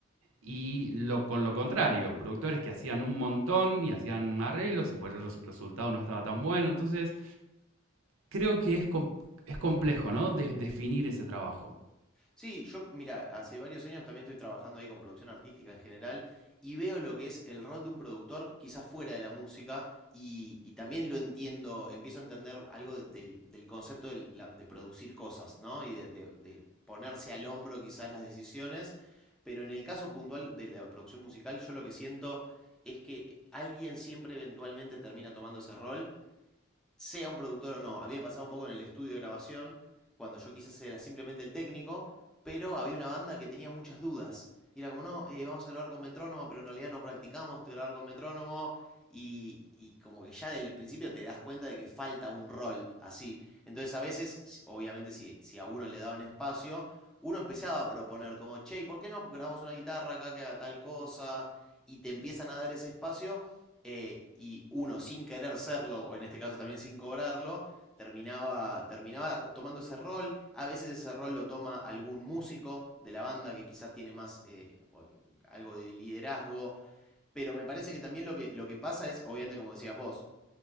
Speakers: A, on the right; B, in the centre.
A: Y lo, con lo contrario, productores que hacían un montón y hacían arreglos y por eso el res- resultado no estaba tan bueno. Entonces, creo que es, com- es complejo, ¿no? De- definir ese trabajo.
B: Sí, yo, mira, hace varios años también estoy trabajando ahí con producción artística en general y veo lo que es el rol de un productor, quizás fuera de la música, y, y también lo entiendo, empiezo a entender algo de- del, del concepto de, la- de producir cosas, ¿no? Y de, de- de ponerse al hombro quizás las decisiones, pero en el caso puntual de la producción musical, yo lo que siento es que alguien siempre eventualmente termina tomando ese rol sea un productor o no. A mí me pasaba un poco en el estudio de grabación, cuando yo quizás era simplemente el técnico, pero había una banda que tenía muchas dudas. Y era como, no, eh, vamos a grabar con metrónomo, pero en realidad no practicamos de grabar con metrónomo. Y, y como que ya del principio te das cuenta de que falta un rol así. Entonces a veces, si- obviamente si, si a uno le daban espacio, uno empezaba a proponer como, che, ¿por qué no grabamos una guitarra acá que haga tal cosa? Y te empiezan a dar ese espacio eh, y uno sin querer serlo, o en este caso también sin cobrarlo, terminaba, terminaba tomando ese rol. A veces ese rol lo toma algún músico de la banda que quizás tiene más eh, algo de liderazgo, pero me parece que también lo que, lo que pasa es, obviamente como decías vos,